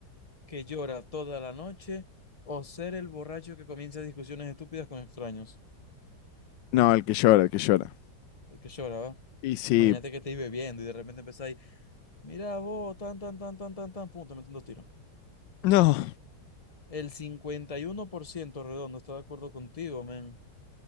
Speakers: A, on the left; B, on the left.
A: que llora toda la noche o ser el borracho que comienza discusiones estúpidas con extraños?
B: No, el que llora, el que llora.
A: El que llora, ¿va?
B: Y sí.
A: Imagínate que te ibas bebiendo y de repente empezáis, mira vos, tan, tan, tan, tan, tan, tan, pum, te meten dos tiros.
B: No.
A: El 51% redondo está de acuerdo contigo, men.